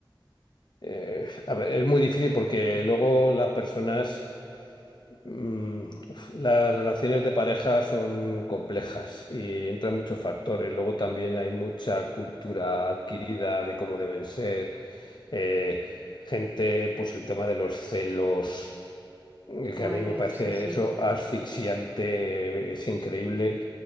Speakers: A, on the left; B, on the right.
A: Eh, a ver, es muy difícil porque luego las personas, mm, uf, las relaciones de pareja son complejas y entran muchos factores. Luego también hay mucha cultura adquirida de cómo deben ser, eh, gente, pues el tema de los celos. Es
B: Bueno,
A: que a mí me parece
B: sí, sí,
A: eso asfixiante, es increíble.